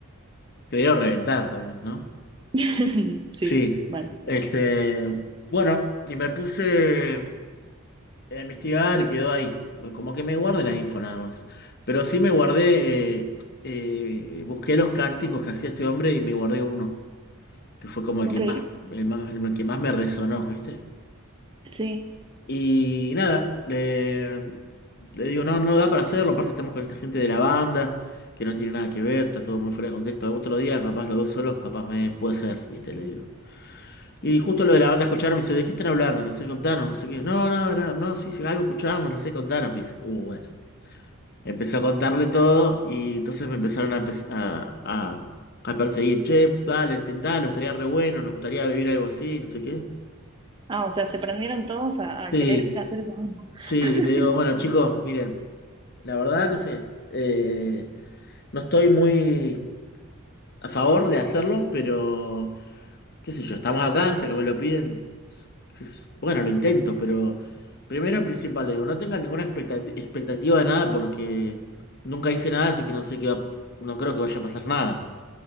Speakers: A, on the left; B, on the right.
A: creo, reventar también, ¿no?
B: <laughs> Sí,
A: Sí,
B: vale.
A: este, bueno, y me puse... a investigar y quedó ahí. Como que me guardé la info nada más. Pero sí me guardé, eh, eh, busqué los cánticos que hacía este hombre y me guardé uno, que fue como el
B: Ok,
A: que más, el más, el que más me resonó, ¿viste?
B: sí.
A: Y nada, le, le digo, no, no da para hacerlo, aparte estamos con esta gente de la banda, que no tiene nada que ver, está todo muy fuera de contexto. Algún otro día, capaz los dos solos, capaz me puede ser, ¿viste? Le digo. Y justo lo de la banda escucharon, me dice, ¿de qué están hablando? No sé, contanos, no sé qué. No, no, no, no, sí, sí, algo escuchamos, no sé, contanos, me dice. Uh, bueno. Empezó a contarle todo y entonces me empezaron a, pes- a, a- a perseguir. Che, dale, intentalo, estaría re bueno, nos gustaría vivir algo así, no sé qué.
B: Ah, o sea, se prendieron todos a, a
A: Sí,
B: querer hacer eso mismo.
A: sí,
B: <laughs>
A: y le digo, bueno, chicos, miren, la verdad no sé, eh, no estoy muy a favor de hacerlo, pero qué sé yo, estamos acá, ya que me lo piden, es- bueno, lo intento, pero primero y principal le digo, no tengan ninguna expectati- expectativa de nada porque nunca hice nada, así que no sé qué va, no creo que vaya a pasar nada.